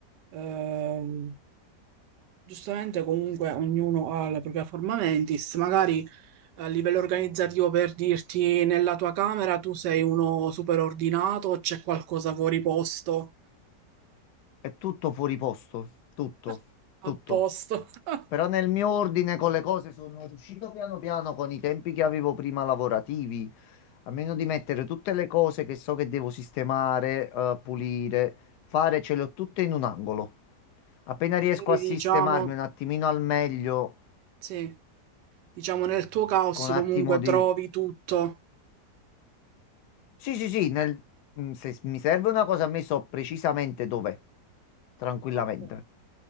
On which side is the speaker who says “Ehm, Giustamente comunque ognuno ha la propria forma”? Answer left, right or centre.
Right